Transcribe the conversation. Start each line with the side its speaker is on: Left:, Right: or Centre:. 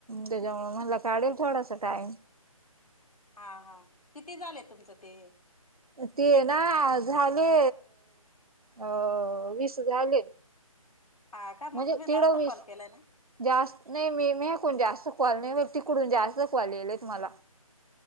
Right: त्याच्यामुळे म्हणाल, काढेन थोडासा टाइम.
Left: हा हा किती झाले तुमचं ते?
Right: ते ना झाले अ वीस झाले.
Left: हा का, मग
Right: म्हणजे
Left: तुम्ही
Right: तिड
Left: जास्त
Right: वीस
Left: कॉल केलाय ना.
Right: जास्त नाही. मी म कोण जास्त कॉल नाही मी तिकडून जास्त कॉल यायलेत मला.